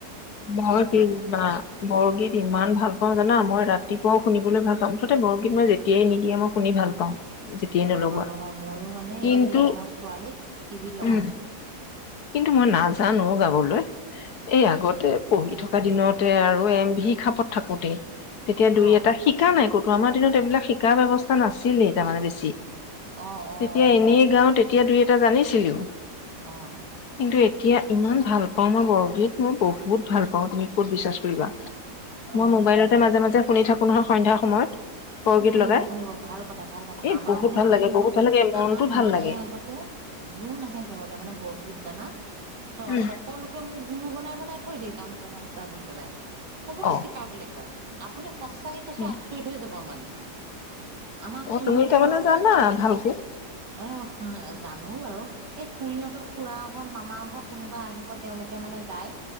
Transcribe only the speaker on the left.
বহু কৈইদিন না বৰগীত ইমান ভাল পাওঁ জানা মই ৰাতিপুৱাও শুনিবলৈ ভাল পাওঁ মুঠতে বৰগীত মই যেতিয়াই নিদিয়ে মই শু ভাল পাওঁ যেতিয়াই নলগোৱা
কিন্তু
উম
কিন্তু মই নাজানো গাবলৈ এই আগতে পঢ়ি
থকা দিনতে আৰু ভি খাপত থাকোতে তেতিয়া দুই
এটা শিকা নাই ক গৰমৰ দিনত এইবিলাক শিকা ব্যৱস্থা নাছিলেই তাৰমানে বেছি
তেতিয়া এনেই গাও তেতিয়া দুই এটা জানিছিলো
কিন্তু এতিয়া ইমান ভাল পাওঁ মই বৰগীত মই বহুত ভাল পাওঁ তুমি ক'ত বিশ্বাস কৰিবা মই
মোবাইলতে মাজে মাজে শুনি থাকো নহয় সন্ধ্যাৰ সময়ত বৰগীত
লগাই
এই
বহুত
ভাল লাগে
বহুত
ভাল লাগে মনটো
ভাল
লাগে
উম,
অ
উম,
অ
তুমি
তাৰমানে জানা ভালকে